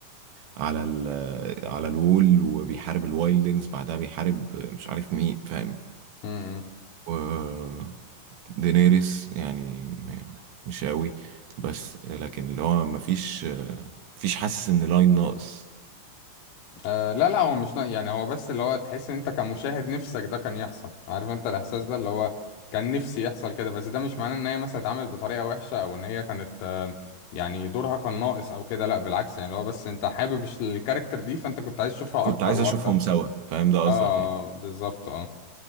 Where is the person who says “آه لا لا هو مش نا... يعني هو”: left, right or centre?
Left